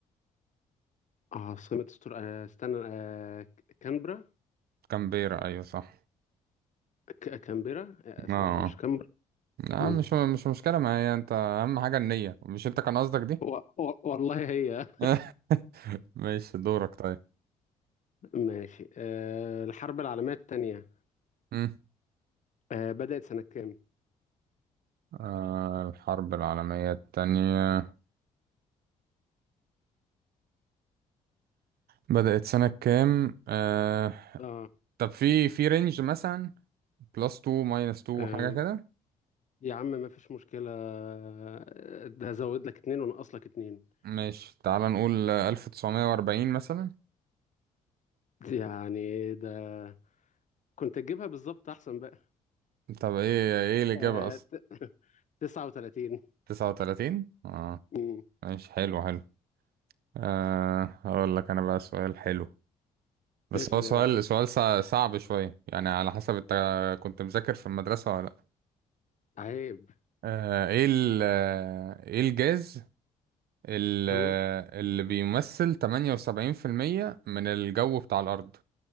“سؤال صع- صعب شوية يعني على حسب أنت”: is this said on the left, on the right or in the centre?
Right